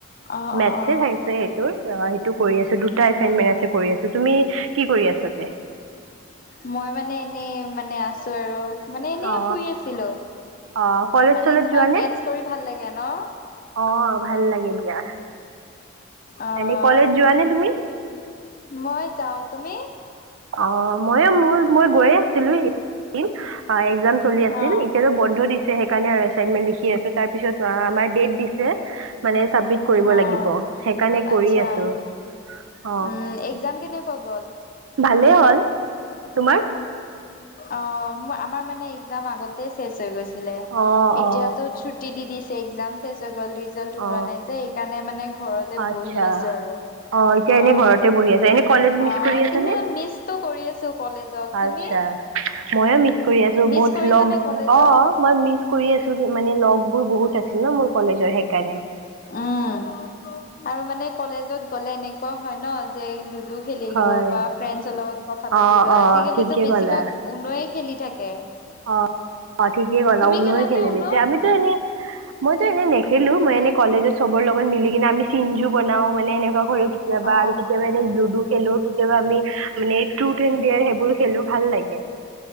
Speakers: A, on the left (about 40°); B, on the right (about 70°).
A: অ
B: মেটচ
A: অ
B: থাকে সেইটোৰ অ', সেইটো কৰি আছো। সেই দুটা
A: উম
B: এছাইনমেণ্ট আছে কৰি আছো, তুমি কি কৰি আছাতে?
A: মই মানে এনেই মানে আছো আৰু মানে এনে
B: অ
A: শুই আছিলো।
B: অ কলেজ
A: মানে
B: চলেজ
A: তোমাৰ
B: যোৱা নে
A: মেটছ কৰি ভাল লাগে ন'?
B: অ ভাল লাগে দিয়া
A: অ',
B: এনে কলেজ যোৱা নে তুমি
A: মই যাও, তুমি?
B: অ', মইও মোৰ মই গৈয়ে আছিলো। অ', এক্জাম চলি আছিল
A: অ
B: এতিয়াতো বন্ধ দিছে। সেইকাৰণে আৰু এছাইনমেণ্ট লিখি আছোঁ, তাৰ পিছত আমাক ডেট দিছে মানে চাবমিট কৰিব
A: অ',
B: লাগিব। সেইকাৰণে কৰি
A: আচ্ছা
B: আছো। অ
A: উম, এক্জাম কেনেকুৱা গ'ল?
B: ভালে হ'ল, তোমাৰ?
A: অ', ম আমাৰ মানে এক্জাম আগত তেই শেষ হৈ গৈছিলে,
B: অ
A: এতিয়াতো
B: অ
A: ছুটি দি দিছে এক্সাম শেষ হৈ গ'ল, ৰি ৰিজাল্ট ওলোৱা
B: অ
A: নাই যে, সেইকাৰণে মানে ঘৰতে
B: আচ্ছা
A: বহি আছো আৰু।
B: অ এতিয়া এনে
A: অ',
B: ঘৰতে বহি আছা এনে কলেজ মিচ
A: অ',
B: কৰি আছা
A: কিন্তু
B: নে?
A: মিচটো কৰি আছো কলেজ জত তুমি?
B: আচ্ছা ময়ো মিচ কৰি আছো
A: মিচ
B: বহুত
A: কৰিছানে
B: ল'গ
A: কলেজত?
B: অ', মই মিচ কৰি আছো মানে ল'গ বোৰ বহুত আছে ন' মোৰ কলেজৰ সেইকাৰণে।
A: উম, আৰু মানে কলেজত গ'লে এনেকুৱা হয়, ন' যে লুডু খেলিলো
B: হয়
A: বা ফ্ৰেণ্ডছৰ লগত কথা পাতিলো
B: অ অ
A: আজিকালিতো
B: ঠিকে
A: বেছিভাগ
B: ক'লা
A: উনোয়ে খেলি থাকে।
B: অ অ', ঠিকে ক'লা
A: তুমি
B: উনো
A: খেলানে
B: এ খেলে
A: উন?
B: বেছি আমিতো এনেই মইতো এনে নেখেলো মই এনে কলেজত চবৰ লগত মিলি কিনে আমি চিঞজু বনাও মানে এনেকুৱা কৰোঁ। কেতিয়াবা
A: অ',
B: আৰু কেতিয়াবাই লুডু খেলো কেতিয়াবা আমি মানে ট্ৰুথ এণ্ড দেয়াৰ সেইবোৰ খেলো ভাল লাগে।